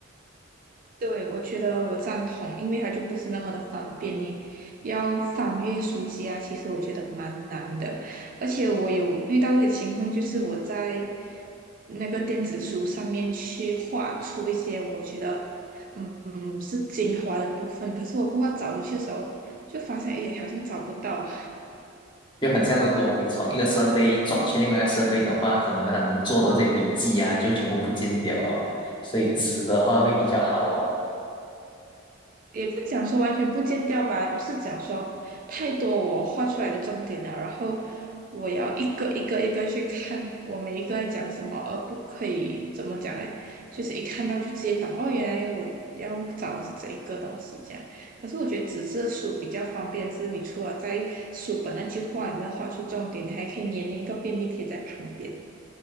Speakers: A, on the right; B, on the left.
A: 对，我觉得我赞同，因为它就不是那么的方便，你要翻阅书籍啊，其实我觉得蛮难的。而且我有遇到一些情况，就是我在那个电子书上面去画出一些我觉得嗯嗯是精华的部分，可是我过后找回去的时候，就发现诶好像找不到。
B: 就很像如果你从一个设备转去另外一个设备的话，可能他能做的这些笔记啊，就全部不见掉了。所以纸的话会比较好哦。
A: 也不讲说完全不见掉吧，就是讲说太多我画出来的重点了，然后我要一个一个一个去看我每一个在讲什么，而不可以怎么讲呢？就是一看到就直接懂哦，原来我要找的是这一个东西这样。可是我觉得纸质书比较方便，是你除了在书本那句话里面画出重点，你还可以粘一个便利贴在旁边。